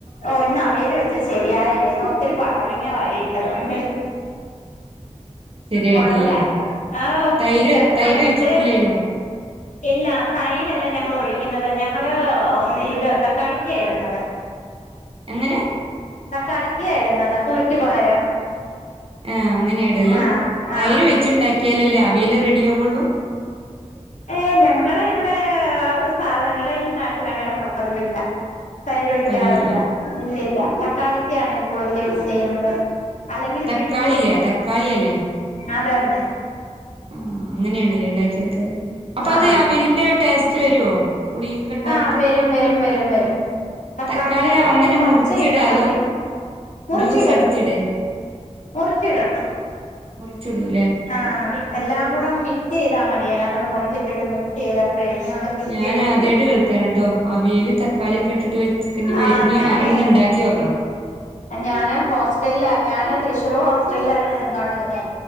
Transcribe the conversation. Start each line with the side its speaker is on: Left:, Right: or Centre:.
Left: ഓഹ് ഇന്ന് അവിയൽ വെച്ച ശരിയായില്ല ഇന്ന് ഒത്തിരി പടവലങ്ങ വാരിയിട്ടത് കൊണ്ട്
Right: ശരിയായിട്ടില്ലേ
Left: കൊള്ളൂലായിരുന്നു ആ
Right: തൈര്
Left: ചെല
Right: തൈര്
Left: സമയത്ത്
Right: ഒഴിച്ചിട്ടില്ലേനോ
Left: ഇല്ല തൈര് അല്ല ഞങ്ങൾ ഒഴിക്കുന്നത് ഞങ്ങള് ഒന്ന് ഇത് തക്കാളിക്ക ഇടുന്നത്
Right: എങ്ങനെ
Left: തക്കാളിക്ക ഇടുന്നത് പുളിക്ക് പകരം
Right: ആ അങ്ങനെ ഇടല്
Left: ആഹ്
Right: തൈര്
Left: ആഹ്
Right: വെച്ച് ഇണ്ടാക്കിയാലല്ലേ അവിയൽ റെഡി ആവുള്ളൂ
Left: ഏഹ് ഞങ്ങടെ ഇവടെ അത് സാധനങ്ങൾ ഈ നാട്ടിൽ അങ്ങനെ പതിവില്ല തൈര് ഒഴിക്കാറില്ല
Right: പതിവില്ലേ
Left: ഇല്ല ഇല്ല തക്കാളിക്ക്യാണ് കൂടുതൽ യൂസ് ചെയ്യുന്നത് അല്ലെങ്കിൽ
Right: തക്കാളില്ലേ
Left: പിഴുപുളി
Right: തക്കാളിയല്ലേ
Left: അതന്നെ
Right: ആ അങ്ങനേണ്ല്ലേ ഇണ്ടാക്കി എടുക്കാറ് അപ്പൊ
Left: ആഹ്
Right: അത് അവിയലിന്റെ ടേസ്റ്റ് വരുവോ പുളിയൊക്കെ ഉണ്ടായിട്ട്
Left: ആഹ് വരും വരും വരും വരും തക്കാളിക്ക
Right: തക്കാളി അങ്ങനെ
Left: ഒന്നി പച്ചയിടും
Right: മുറിച്ചിട അതോ
Left: അല്ലെങ്കിൽ മുറിച്ചിടും
Right: ജ്യൂസ് അടിച്ചിടേ
Left: മുറിച്ചിടും
Right: മുറിച്ചിടുല്ലേ.
Left: ആഹ് എല്ലാം കൂടെ അങ്ങ് മിക്സ് ചെയ്താ മതി അതിനകത്തോട്ട് മുറിച്ചിട്ടിട്ട് മിക്സ് ചെയ്തപ്പഴേ നമ്മള് സീറ്റി
Right: ഞാന്
Left: അടിപ്പിക്കും
Right: ആദ്യായിട്ട് കേൾക്കാണ് ട്ടോ അവിയൽ തക്കാളി ഒക്കെ ഇട്ടിട്ട് വെക്ക
Left: ആഹ്
Right: ഇനി
Left: ഞാനേ
Right: അങ്ങനെ ഒന്ന് ഇണ്ടാക്കി നോക്കണം
Left: ഞാന് ഹോസ്റ്റലില ഞാന് തൃശ്ശൂർ ഹോസ്റ്റലിലായിരുന്നു നിന്നോണ്ടിരുന്നേ